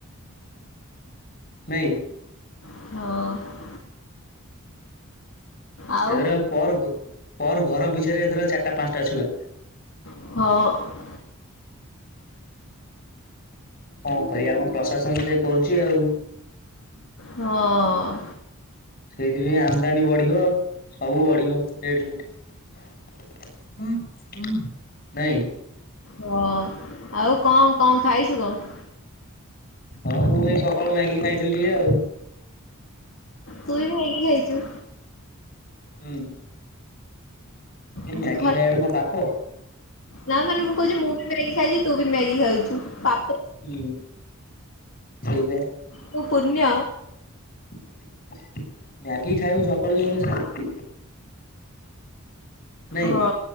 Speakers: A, on the left; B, on the left.
A: ନାଇଁ।
B: ହଁ। ଆଉ
A: ଏଥର ପର ପରଘର ପିଛେରେ ଏଥର ଚାରିଟା ପାଞ୍ଚଟା ଛୁଆ
B: ହଁ।
A: କଣ କରିଆ ଆମ ପ୍ରଶାସନ ସେ କରୁଛି ଆଉ
B: ହଁ ଅ।
A: ସେଇଥିପାଇଁ ଆମଦାନୀ ବଢିବ ସବୁ ବଢିବ ରେଟ ଫେଟ <unintelligible> ନାଇଁ।
B: ହଁ। ଆଉ କଣ କଣ ଖାଇଛୁ କଣ
A: ହଁ ମୁଁ ଏଇ ସକାଳୁ ମ୍ୟାଗି ଖାଇଥିଲି ଟିକେ ଆଉ
B: ତୁଇ ବି ମ୍ୟାଗି ଖାଇଛୁ
A: ହୁଁ। ଏ
B: ଆଜି
A: ମ୍ୟାଗି
B: ଖରା
A: ଖାଇବାଟା କଣ ପାପ
B: ନା ମାନେ ମୁଁ କହୁଛି ମୁଁ ବି ମ୍ୟାଗି ଖାଇଛି ତୁ ବି ମ୍ୟାଗି ଖାଉଛୁ ପା
A: ହୁଁ ସେଇବା
B: ତୁ ପୁଣ୍ୟ
A: <unintelligible> ମ୍ୟାଗି ଖାଇବୁ ସକାଳୁ ଯୋଉ ଶାନ୍ତି ନାଇଁ।
B: ହଁ